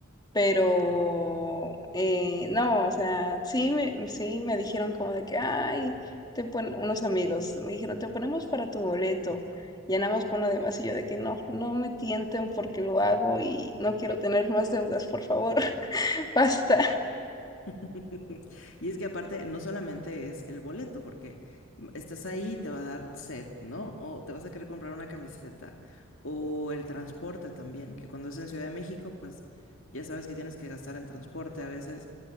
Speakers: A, on the left (about 20°); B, on the left (about 65°).
A: pero eh, no, o sea, sí me, sí me dijeron como de que, ay, te pon unos amigos, me dijeron, te ponemos para tu boleto, ya nada más pon lo demás, y yo de que no, no me tienten porque lo hago y no quiero tener más deudas, por favor, <laughs> basta.
B: <laughs> Y es que aparte no solamente es el boleto, porque mm, estás ahí, te va a dar set, ¿no? O te vas a querer comprar una camiseta. O el transporte también, que cuando es en Ciudad de México, pues ya sabes que tienes que gastar en transporte a veces.